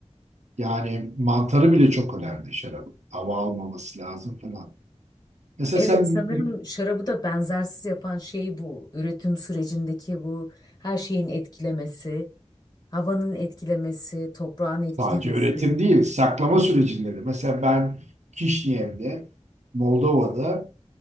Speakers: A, on the right; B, on the left.
A: Yani mantarı bile çok önemli şarabın. Hava almaması lazım falan. Mesela
B: Evet
A: sen
B: sanırım şarabı da benzersiz yapan şey bu. Üretim sürecindeki bu her şeyin etkilemesi, havanın etkilemesi, toprağın etkilemesi.
A: Sadece üretim değil, saklama sürecinde de. Mesela ben Kişinev'de, Moldova'da